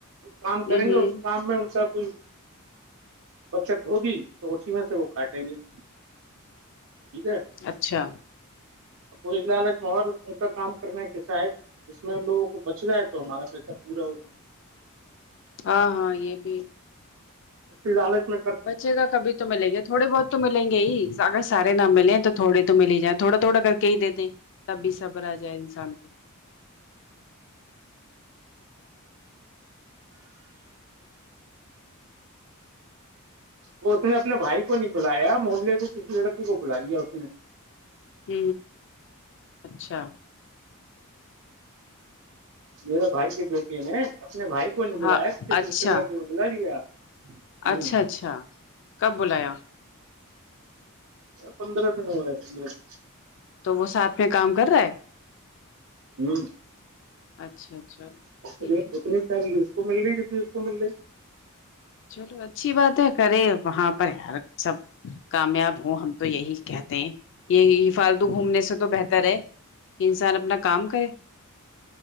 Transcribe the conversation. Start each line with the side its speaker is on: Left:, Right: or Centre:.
Right: کام کریں
Left: ہ ہ
Right: گے اس کام میں ان کا کوئی بچت ہوگی تو اسی میں سے وہ کاٹیں گے ٹھیک ہے
Left: اچھا
Right: اب وہ لالچ مور ان کا کام کرنے کے شاید اس میں ہم لوگوں کو بچ جائے تو ہمارا پیسہ پورا ہو جائے
Left: ہاں ہاں یہ بھی
Right: جات نہیں <inaudible>
Left: بچے کا کبھی تو ملے گی تھوڑے بہت تو ملیں گے ہی اگر سارے نہ ملیں تو تھوڑے تو مل ہی جائیں تھوڑا تھوڑا کر کے ہی د دیں تبھی صبر آ جائے انسان کو
Right: اس نے اپنے بھائی کو نہیں بلایا محلے سے کسی لڑکی کو بلا لیا اس نے
Left: ہ اچھا
Right: میرے بھائی کی بیٹی ہے ن اپنے بھائی کو نہیں
Left: ہاں
Right: بلایا
Left: اچھا
Right: دوسے بلا لیا ہ
Left: اچھا اچھا کب بلایا
Right: پندرہ دن ہو ہے پندرہ دن
Left: تو وہ ساتھ میں کام کر رہا ہے
Right: ہ
Left: اچھا اچھا
Right: ا
Left: ٹھیک ہے
Right: اتنی چ اس کو مل رہی جتنی اس کو مل رہی ہے
Left: چلو اچھی بات ہے کرے وہاں پر یار سب کامیاب ہو ہم تو یہی کہتے ہیں یہ فالتو گھومنے سے تو بہتر ہے انسان اپنا کام کرے